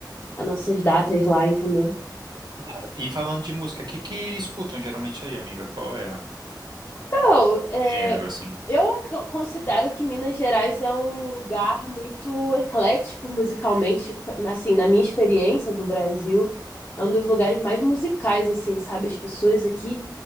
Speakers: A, on the left; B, on the right.
A: as nossas datas lá, entendeu?
B: Mara. E falando de música, o que que escutam geralmente aí, amiga? Qual é a-
A: Então, é,
B: o gênero, assim?
A: eu ac- considero que Minas Gerais é um lugar muito eclético musicalmente, p- assim, na minha experiência do Brasil, é um dos lugares mais musicais, assim, sabe? As pessoas aqui,